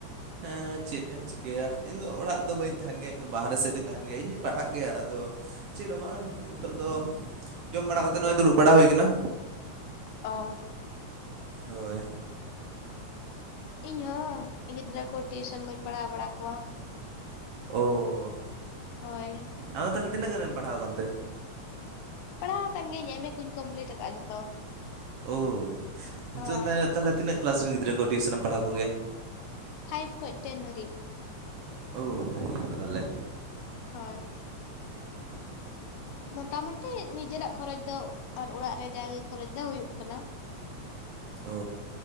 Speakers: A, on the right (about 65°); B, on the left (about 80°).
A: ᱮᱸ ᱪᱮᱫ ᱮᱢ ᱮᱢ ᱪᱤᱠᱟᱹᱭᱟ? ᱤᱧᱫᱚ ᱚᱲᱟᱜ ᱨᱮᱫᱚ ᱵᱟᱹᱧ ᱛᱟᱦᱮᱱ ᱜᱮᱭᱟ ᱤᱧᱫᱚ ᱵᱟᱦᱨᱮ ᱥᱮᱫ ᱨᱤᱧ ᱛᱟᱦᱮᱱ ᱜᱮᱭᱟ ᱤᱧ ᱦᱚᱧ ᱯᱟᱲᱦᱟᱜ ᱜᱮᱭᱟ ᱟᱫᱚ ᱪᱮᱫ ᱦᱚᱸ ᱵᱟᱝ ᱱᱤᱛᱚᱜ ᱫᱚ ᱡᱚᱢ ᱵᱟᱲᱟ ᱠᱟᱛᱮᱜ ᱱᱚᱜᱼᱚᱭ ᱫᱩᱲᱩᱵ ᱵᱟᱲᱟ ᱦᱩᱭ ᱟᱠᱟᱱᱟ᱾
B: ᱚ
A: ᱦᱳᱭ᱾
B: ᱤᱧᱦᱚ ᱜᱤᱫᱽᱨᱟᱹ ᱠᱚ ᱴᱤᱭᱩᱥᱚᱱ ᱠᱩᱧ ᱯᱟᱲᱦᱟᱣ ᱵᱟᱲᱟ ᱠᱚᱣᱟ᱾
A: ᱳᱻ
B: ᱦᱳᱭ᱾
A: ᱟᱫᱚ ᱛᱟᱦᱚᱞᱮ ᱛᱤᱱᱟᱹᱜᱟᱱ ᱮᱢ ᱯᱟᱲᱟᱣ ᱟᱠᱟᱱ ᱛᱮ?
B: ᱯᱟᱲᱦᱟᱣ ᱟᱠᱟᱱ ᱜᱮᱭᱟᱹᱧ ᱮᱢ-ᱮ ᱠᱚᱧ ᱠᱚᱢᱯᱞᱤᱴ ᱟᱠᱟᱫᱼᱟ ᱡᱚᱛᱚ᱾
A: ᱚᱻ ᱱᱤᱛᱚᱜ
B: ᱦᱳᱭ᱾
A: ᱫᱚ ᱛᱟᱦᱚᱞᱮ ᱛᱤᱱᱟᱹᱜ ᱠᱞᱟᱥ ᱨᱮᱱ ᱜᱤᱫᱽᱨᱟᱹ ᱠᱚ ᱴᱤᱭᱩᱥᱚᱱ ᱮᱢ ᱯᱟᱲᱦᱟᱹᱣ ᱠᱚᱜᱮᱭᱟ?
B: ᱯᱷᱟᱭᱤᱵᱽ ᱠᱦᱚᱡ ᱴᱮᱱ ᱫᱷᱟᱹᱨᱤᱡ᱾
A: ᱳ ᱵᱷᱟᱜᱤ ᱜᱮᱛᱚ ᱛᱟᱦᱚᱞᱮ᱾
B: ᱦᱳᱭ᱾
A: ᱦᱩᱸ᱾
B: ᱢᱚᱴᱟ ᱢᱩᱴᱤ ᱱᱤᱡᱮᱨᱟᱜ ᱠᱷᱚᱨᱚᱪ ᱫᱚ ᱟᱨ ᱚᱲᱟᱜ ᱨᱮ ᱡᱟᱜᱮ ᱠᱷᱚᱨᱚᱪ ᱫᱚ ᱦᱩᱭᱩᱜ ᱠᱟᱱᱟ᱾
A: ᱚ